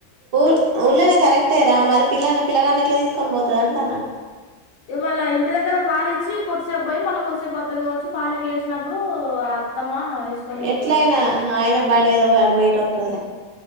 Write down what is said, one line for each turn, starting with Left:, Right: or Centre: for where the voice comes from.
Right: ఊ ఉళ్నే కరెక్టే రా మరి పిల్లల్ని పిల్లగాన్ని ఎట్ల తీసుకొనిపోతది అంటున్నా
Left: ఈ వాళ్ళ ఇంటి దగ్గర పాలు ఇచ్చి కొద్దిసేపు పోయి మళ్ళా కొద్దిసేపు వత్తది కావచ్చు పాలకెడిసినప్పుడు ఆ అత్తమ్మ తీసుకొని పోతది
Right: ఎట్లయినా
Left: కావచ్చు
Right: ఆయన బండి మీద పోయి ఆడ పోయి వత్తదిలే